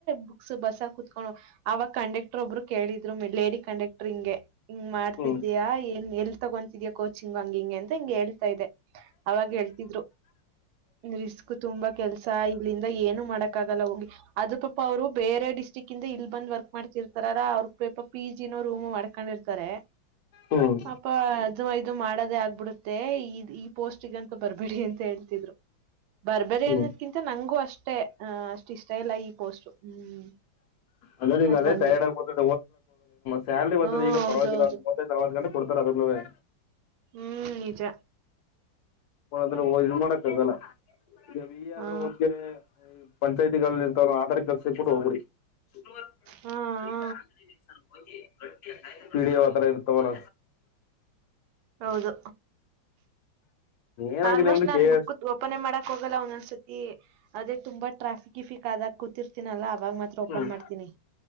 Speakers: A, on the right (about 80°); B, on the left (about 70°).
A: ಬುಕ್ಸ್ ಬಸ್ ಕುತ್ಕೊಂಡು ಅವಾಗ ಕಂಡಕ್ಟರ್ ಒಬ್ಬರು ಕೇಳಿದ್ರು ಲೇಡಿ ಕಂಡಕ್ಟರ್ ಹಿಂ ಹಿಂಗ್ ಮಾಡ್ತಿದಯಾ
B: ಹ್ಮ್
A: ಏನ್ ಎಲ್ ತಗೊತಿದಯಾ ಕೋಚಿಂಗ್ ಹಂಗ ಹಿಂ ಅಂತ ಹಿಂಗ ಹ ಇದೆ ಅವಾಗ ಹೇಳ್ತಿದ್ರು ರಿಸ್ಕ್ ತುಂಬಾ ಕೆಲ್ಸ ಇಲ್ಲಿಂದ ಏನು ಮಾಡಕ್ ಆಗಲ್ಲ ಹೋಗಿ ಅದ ಪಾಪಾ ಅವ್ರು ಬೇರೆ ಡಿಸ್ಟ್ರಿಕ್ ಇಂದ ಇಲ್ ಬಂದ್ ವರ್ಕ್ ಮಾಡ್ತಿರ್ತಾರಾರ ಅವ್ರ ಪಪ ಪಿ ಜಿನೋ ರೂಮ್ ಮಾಡ್ಕೊಂಡಿರ್ತಾರೆ
B: ಹ್ಮ್
A: ಅಪ ಅದು ಇದು ಮಾಡದೇ ಆಗ್ಬಿಡುತ್ತೆ ಈ ಈ ಪೋಸ್ಟ ಗಂತ ಬರ್ಬೇಡಿ ಅಂತ ಹೇಳ್ತಿದ್ರು ಬರ್ಬರಿ
B: ಹ್ಮ್
A: ಅನ್ನೋದ್ಕಿಂತ ನಂಗಂಗೂ ಅಷ್ಟೇ ಅ ಅಷ್ಟ್ ಇಷ್ಟ ಇಲ್ಲ ಈ ಪೋಸ್ಟ್ ಹ್ಮ್
B: ಅಂದ್ರಗೆ
A: ಅದ್
B: ಅ
A: ಒಂದು
B: ಟೈರ್ಡ್ ಆಗ್ಬಸ್ಏ ಸಲ್ರಿರ್ತ್ತದ
A: ಹ್ಮ್
B: ಈಗ
A: ಹೌದೌದು
B: ಪರವಾಗಿಲ್ಲ ಕೊಡ್ತರ ಅದಲ್ಲವೇ
A: ಹ್ಮ್ ನಿಜ
B: ಮದ್ರ ಮಾಡಕ್ಕ ಆಗಲ್ಲ ಈಗ ವಿ ಆದ್ರೂ
A: ಹಾ
B: ಹದಗೆ ಪಂಚಾಯಿತಿಗಳಲ್ಲಿ ಇರ್ತವ್ರ ಆಧಾರ್ ಕೆಲಸ ಕೂ ಹೋಗ್ಬಿ ಶುಕ್ರವ
A: ಹಾ ಹಾ
B: ಜಡಿ ಆ <unintelligible> ಪೀಡಿವತರ ಇರ್ತರ ವಲ್ಲ
A: ಹೌದು
B: ಏನಾಗಿದೆ
A: ಆಲ್ಮೋಸ್ಟ್
B: ಅಂದ್ರೆ
A: ನಾನ್
B: ಕೆ
A: ಬುಕ್
B: ಎಸ್
A: ಓಪನೇ ಮಾಡಕ್ ಹೋಗಲ್ಲ ಒಂದೊಂದ್ಸತಿ ಅದೇ ತುಂಬಾ ಟ್ರಾಫಿಕ್ ಇಫಿಕ್ ಕಾದಾಗ ಕೂತಿರ್ತೀನಲ್ಲಾ ಆಗ ಮಾತ್ರ ಓಪನ್
B: ಹ್ಮ್
A: ಮಾಡ್ತೀನಿ